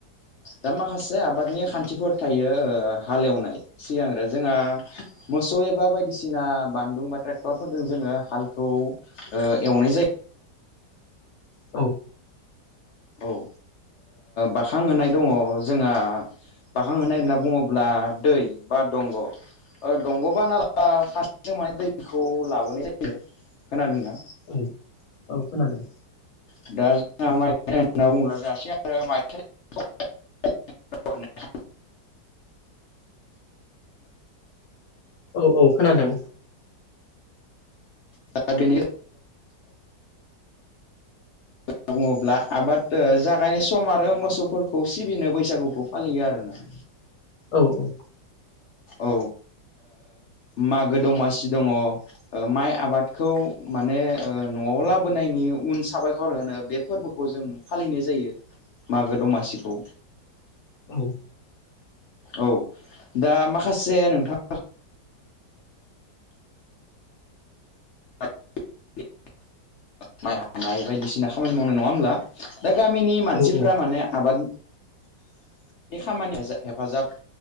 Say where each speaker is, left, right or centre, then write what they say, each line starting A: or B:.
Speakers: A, on the left (about 70°); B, on the left (about 55°).
A: दा माखासे आबादनि खान्थिफोर थायो ओ हालेवनाय सिगांग्रो जोंहा मोसौ एबा बायदिसिना बानदुं बा ट्रेक्टरफोरजों जोङो हालखौ ओ एवनाय जायो
B: औ
A: औ ओ बाखांहोनाय दङ जोंहा बाखांहोनाय होनना बुङोब्ला दै बा दंग दंग बा नाला खान्थिजों माने दैखौ लाबोनाय जायो खोनादोंना
B: उम औ खोनादों
A: <unintelligible> औ नोंथां
B: औ औ खोनादों
A: दा बेनि गेजे होनना बुङोब्ला आबाद ओ जागायनाय सम आरो मोसौफोरखौ सिबिनो बैसागुखौ फालियो आरोना
B: औ औ
A: औ ओ मागो दमासि दङ ओ माइ आबादखौ माने न'आव लाबोनायनि उन साबायखर होनो बेफोरबोखौ जों फालिनाय जायो मागो दमासिखौ
B: औ
A: औ दा माखासे नोंथां <unintelligible> माइ हानाय बायदिसिना खामानि मावनाय नङा होमब्ला दा गामिनि मानसिफ्रा
B: औ औ
A: माने आबाद
B: <inaudible>
A: बे खामानियाव हेफाजाब